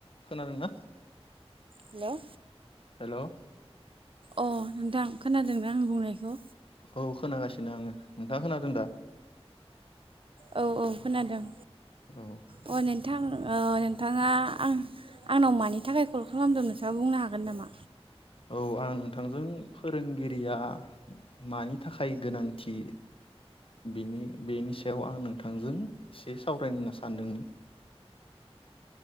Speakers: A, on the left; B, on the right.
A: खोनादोंना?
B: Hello
A: hello
B: अ नोंथां खोनादोंना‌ आं बुंनायखौ?
A: औ खोनागासिनो आङो नोंथां खोनादों दा?
B: औ औ खोनादों।
A: औ
B: अ नोंथां औ नोंथाङा आं आंनाव मानि थाखाय कल खालामदों नोंथाङा बुंनो हागोन नामा?
A: औ आं नोंथांजों फोरोंगिरिया मानि थाखाय गोनांथि बेनि बेनि सायाव आं नोंथांजों इसे सावरायनो होनना सानदोंमोन।